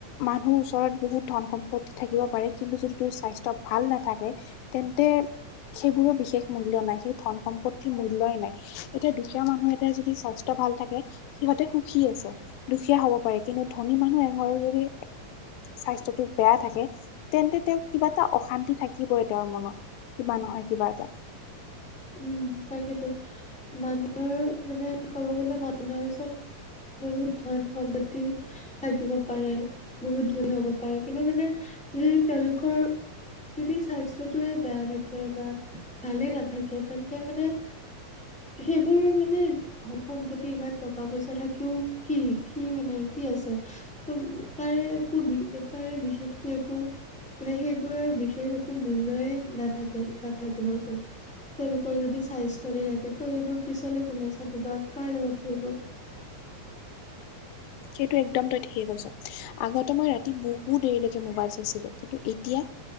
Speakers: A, on the left; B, in the centre.
A: মানুহ ওচৰত বহুত ধন সম্পত্তি থাকিব পাৰে কিন্তু, যদি তোৰ স্বাস্থ্য ভাল নাথাকে- তেন্তে, - সেইবোৰো বিশেষ মূল্য় নাই সেই ধন সম্পত্তিৰ মূল্যয়ই নাই। এতিয়া দুখীয়া মানুহ এটাই যদি স্বাস্থ্য ভাল থাকে- সিহঁতে সুখী আছে দুখীয়া হব পাৰে, কিন্তু ধনী মানুহ এঘৰৰ যদি- স্বাস্থ্যটো বেয়া থাকে- তেন্তে তেওঁ কিবা এটা অশান্তি থাকিবই তেওঁৰ মনত কিবা নহয় কিবা এটা।
B: উম' তাকেতো মানুহৰ মানে ক'ব গ'লে মানুহৰ ওচৰত- বহুত ধন সম্পত্তি- থাকিব পাৰে, বহুত ধন হ'ব পাৰে, কিন্তু মানে যদি তেওঁলোকৰ- যদি স্বাস্থ্যটোৱে বেয়া থাকে বা ভালেই নাথাকে তেন্তে মানে- সেইবোৰ মানে- ধন সম্পত্তি ইমান টকা পইচা থাকিও কি কি মানে কি আছে? ত তাৰে একো তাৰে বিশেষতটো একো- মানে সেইবোৰৰ বিশেষ একো মূল্যয় নাথাকে নাথাকিবচোন। তেওঁলোকৰ যদি স্বাস্থ্য নেথাকে ত' সেইবোৰ পিছলে কোনে চাব বা কাৰ লগত থাকিব?
A: সেইটো একদম তই ঠিকে কৈছ আগতে মই ৰাতি বহু দেৰিলৈকে মোবাইল চাইছিলো কিন্তু, এতিয়া-